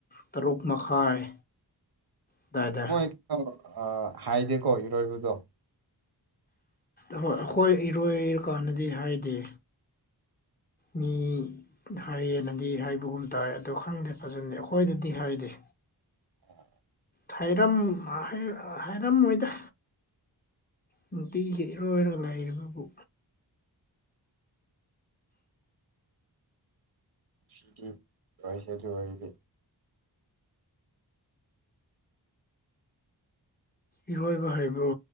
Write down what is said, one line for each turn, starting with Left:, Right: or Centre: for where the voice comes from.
Left: ꯇꯔꯨꯛ ꯑꯣꯛ ꯃꯈꯥꯏ ꯑꯗꯨꯋꯥꯏꯗ
Right: ꯃꯣꯏ ꯀꯩꯅꯣ ꯍꯥꯏꯗꯦꯀꯣ ꯏꯔꯣꯏꯕꯗꯣ
Left: ꯑꯩꯈꯣꯏ ꯏꯔꯣꯏꯔꯀꯥꯟꯗꯗꯤ ꯍꯥꯏꯗꯦ ꯃꯤ ꯍꯥꯏꯌꯦꯅꯗꯤ ꯍꯥꯏꯕꯒꯨꯝ ꯇꯥꯏ ꯑꯣ ꯈꯪꯗꯦ ꯐꯖꯗꯦ ꯑꯩꯈꯣꯏꯗꯗꯤ ꯍꯥꯏꯗꯦ
Right: ꯑꯣ
Left: ꯍꯩꯔꯝ ꯍꯩ ꯍꯥꯏꯩꯔꯝ ꯃꯣꯏꯗ ꯅꯨꯡꯇꯤꯒꯤ ꯏꯔꯣꯏ ꯑꯣꯏꯅ ꯂꯥꯏꯔꯕꯕꯨ
Right: ꯁꯤ ꯏꯁ ꯑꯗꯨ ꯋꯥꯔꯤꯏꯗꯤ
Left: ꯏꯔꯣꯏꯕ ꯍꯥꯏꯕ꯭ꯔꯣ